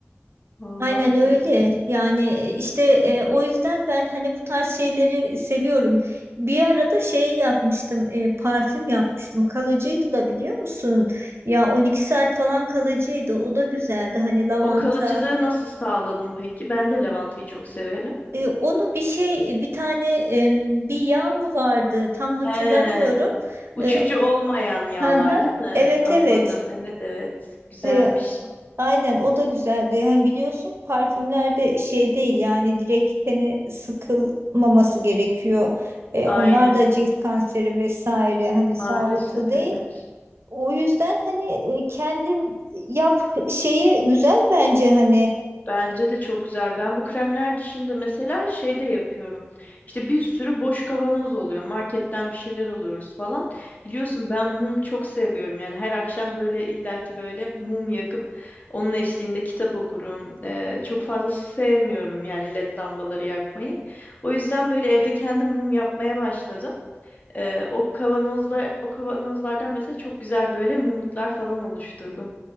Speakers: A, on the left (about 35°); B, on the right (about 65°).
A: Vallahi
B: Aynen öyle.
A: evet.
B: Yani e, işte e, o yüzden ben hani bu tarz şeyleri seviyorum. Bir arada şey yapmıştım, e, parfüm yapmıştım. Kalıcıydı da biliyor musun? Ya 12 saat falan kalıcıydı. O da güzeldi. Hani lavanta.
A: O kalıcılığı nasıl sağladım peki? Ben de lavantayı çok severim.
B: E, onu bir şey, e, bir tane e, bir yağ mı vardı? Tam hatırlamıyorum.
A: He, uçucu
B: E,
A: olmayan yağlar
B: hı hı.
A: değil mi?
B: Evet
A: Anladım.
B: evet.
A: Evet evet. Güzelmiş.
B: E, Aynen o da güzeldi. Hani biliyorsun ki parfümler de şey değil yani direkt tene sıkılmaması gerekiyor. E,
A: Aynen.
B: onlar da cilt kanseri vesaire hani sağlıklı
A: Maalesef
B: değil.
A: evet.
B: O yüzden hani e, kendin yap şeyi güzel bence hani
A: Bence de çok güzel. Ben bu kremler dışında mesela şey de yapıyorum. İşte bir sürü boş kavanoz oluyor. Marketten bir şeyler alıyoruz falan. Biliyorsun ben mum çok seviyorum. Yani her akşam böyle illaki böyle mum yakıp onun eşliğinde kitap okurum. Ee, çok fazla sevmiyorum yani led lambaları yakmayı. O yüzden böyle evde kendim mum yapmaya başladım. Ee, o kavanozlar, o kavanozlardan mesela çok güzel böyle mumluklar falan oluşturdum.